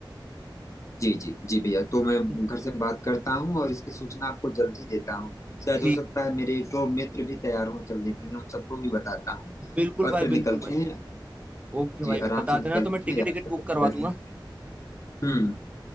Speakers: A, on the left (about 40°); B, on the right (about 15°).
A: जी जी जी भैया तो मैं
B: है
A: घर से बात करता हूँ और इसकी सूचना आपको जल्द ही देता हूँ शायद
B: ठीक
A: हो सकता है मेरे एक दो मित्र भी तैयार हों चलने के लिए उन सबको भी बताता हूँ
B: बिल्कुल
A: और
B: भाई
A: फिर निकलते
B: बिल्कुल भाई
A: हैं
B: ओके
A: जी
B: भाई
A: आराम
B: बता
A: से निकलते
B: देना तो मैं टिकट
A: हैं यात्रा
B: टिकट बुक
A: करते
B: करवा
A: जाते
B: दूंगा
A: हैं हम्म